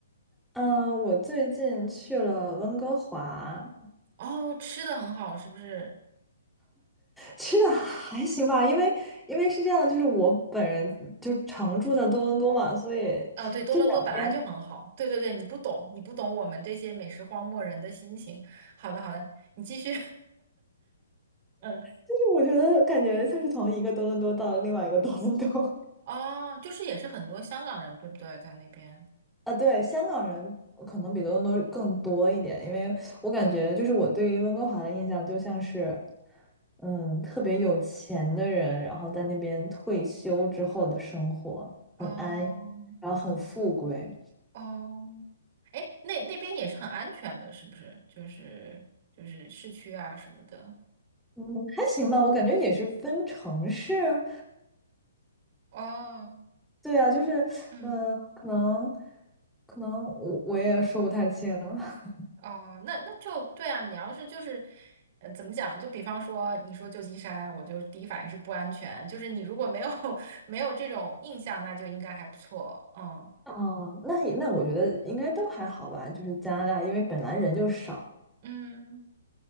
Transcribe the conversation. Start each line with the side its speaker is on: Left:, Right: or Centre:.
Centre: 嗯，我最近去了温哥华，
Right: 哦，吃的很好，是不是？
Centre: 吃的还行吧，因为因为是这样的，就是我本人就常住在多伦多嘛，所以
Right: 哦，对，多伦多本来就很好。
Centre: 这两边
Right: 对对对，你不懂，你不懂我们这些美食荒漠人的心情。好的好的，你继续。<laughs> 嗯。
Centre: 就是我觉得感觉像是从一个多伦多到了另外一个多伦多。
Right: 哦，就是也是很多香港人，对不对？在那边。
Centre: 啊，对，香港人可能比多伦多更多一点，因为我感觉就是我对于温哥华的印象就像是，嗯，特别有钱的人，然后在那边退休之后的生活很安逸
Right: 哦
Centre: 然后很富贵，
Right: 哦，哎，那那边也是很安全的，是不是？就是就是市区啊什么的。
Centre: 嗯，还行吧，我感觉也是分城市，
Right: 哦，
Centre: 对啊，就是，
Right: 嗯，
Centre: 嗯，可能，可能我我也说不太清。<laughs>
Right: 哦，那那就对啊。你要是就是，呃，怎么讲？就比方说，你说旧金山，我就第一反应是不安全。就是你如果没有 <laughs> 没有这种印象，那就应该还不错。嗯
Centre: 哦，那也那我觉得应该都还好吧，就是加拿大，因为本来人就少。
Right: 嗯。